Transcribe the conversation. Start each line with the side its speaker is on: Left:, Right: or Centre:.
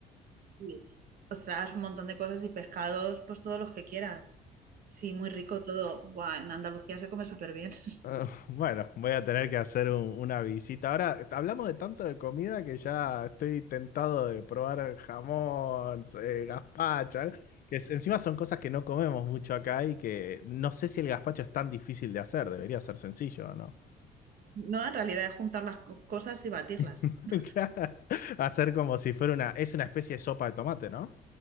Right: Sí. Ostras, un montón de cosas y pescados, pues todos los que quieras. Sí, muy rico todo. Buah, en Andalucía se come súper bien. <laughs>
Left: Ah, bueno, voy a tener que hacer un- una visita. Ahora, hablamos de tanto de comida que ya estoy tentado de probar jamón, eh, gazpacho, algo- que es- encima son cosas que no comemos mucho acá y que no sé si el gazpacho es tan difícil de hacer, debería ser sencillo, ¿no?
Right: No, en realidad es juntar las co- cosas y batirlas.
Left: <laughs>
Right: <laughs>
Left: Hacer como si fuera una, es una especie de sopa de tomate, ¿no?